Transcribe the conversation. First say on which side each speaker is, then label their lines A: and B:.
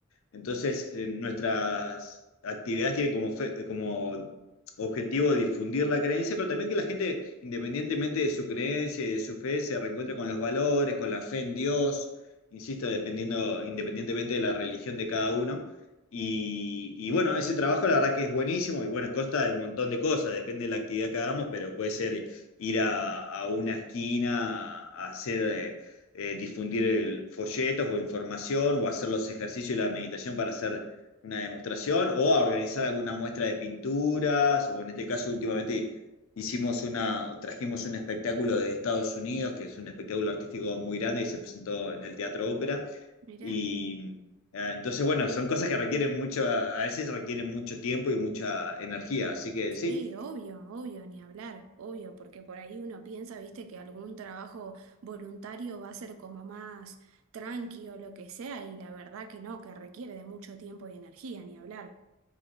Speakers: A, on the left; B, on the right.
A: Entonces, eh, nuestras actividades tienen como, fe- eh, como objetivo difundir la creencia, pero también que la gente, independientemente de su creencia y de su fe, se reencuentre con los valores, con la fe en Dios, insisto, dependiendo, independientemente de la religión de cada uno. Y, y bueno, ese trabajo la verdad que es buenísimo y bueno, consta de un montón de cosas, depende de la actividad que hagamos, pero puede ser ir a, a una esquina a hacer... eh, eh, difundir el- folletos o información o hacer los ejercicios y la meditación para hacer una demostración o a organizar alguna muestra de pinturas o en este caso últimamente hicimos una, trajimos un espectáculo de Estados Unidos que es un espectáculo artístico muy grande que se presentó en el Teatro Ópera
B: mira.
A: y eh, entonces bueno, son cosas que requieren mucho, a veces requieren mucho tiempo y mucha energía, así que
B: Sí,
A: sí.
B: obvio, obvio, ni hablar, obvio, porque por ahí uno piensa, viste, que algún trabajo voluntario va a ser como más tranqui o lo que sea, y la verdad que no, que requiere de mucho tiempo y energía, ni hablar,